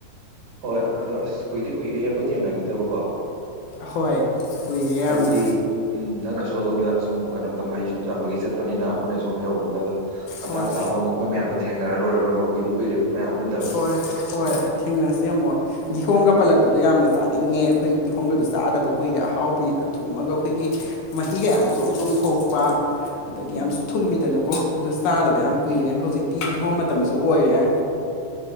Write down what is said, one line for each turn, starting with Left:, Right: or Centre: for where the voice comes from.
Right: ꯍꯣꯏ ꯑꯗꯣ ꯑꯁ ꯀꯨꯏꯗꯤ ꯀꯨꯏꯗꯦ ꯍꯦ ꯑꯩꯈꯣꯏ ꯊꯦꯡꯅꯈꯤꯗꯕꯀꯣ
Left: ꯑꯍꯣꯏ ꯀꯨꯏꯌꯦ ꯌꯥꯝꯅ
Right: ꯍꯥꯏꯕꯗꯤ ꯎꯝ ꯅꯪꯅꯁꯨ ꯑꯗꯣꯝꯗ ꯁꯨꯝ ꯀꯩꯅꯣ ꯇꯝꯍꯩ ꯁꯨꯝ ꯇꯝꯕꯒꯤ ꯆꯠꯄꯅꯤꯅ ꯑꯩꯈꯣꯏꯅ ꯁꯨꯝ ꯍꯩꯍꯧꯕꯅꯤ ꯑꯗ ꯃꯇꯥꯡ
Left: ꯍꯣꯏ
Right: ꯆꯥꯕꯗꯣ ꯃꯈꯣꯏ ꯃꯌꯥꯝꯗꯣ ꯊꯦꯡꯅꯔ ꯂꯣꯏꯔꯣꯏꯔ ꯀꯨꯏꯗꯤ ꯀꯨꯏꯔꯦ ꯃꯌꯥꯝ ꯄꯨꯟꯗꯕ
Left: ꯍꯣꯏ ꯍꯣꯏ ꯊꯦꯡꯅꯁꯤ ꯑꯃꯨꯛ ꯀꯤꯍꯣꯡꯒ ꯄꯜꯂꯛꯄꯗꯣ ꯌꯥꯝꯅ ꯆꯥꯅꯤꯡꯉꯦ ꯑꯩꯈꯣꯏ ꯀꯤꯍꯣꯡꯒꯗꯨ ꯆꯥꯗꯕ ꯀꯨꯏꯔꯦ ꯑꯍꯥꯎ ꯄꯤ ꯊꯨꯝꯃꯒ ꯑꯩꯈꯣꯏꯒꯤ ꯃꯍꯤ ꯀꯌꯥ ꯆꯣꯝ ꯆꯣꯝꯊꯣꯛꯄ ꯑꯗꯒꯤ
Right: ꯎꯝ
Left: ꯌꯥꯝꯁꯨ ꯊꯨꯝꯃꯤꯗꯅꯀꯣ ꯑꯗꯨ ꯆꯥꯗꯕ
Right: ꯎꯝ
Left: ꯌꯥꯝ ꯀꯨꯏꯔꯦ ꯍꯧꯖꯤꯛꯇꯤ ꯏꯍꯣꯝ ꯃꯇꯝꯁꯨ ꯑꯣꯏꯔꯦ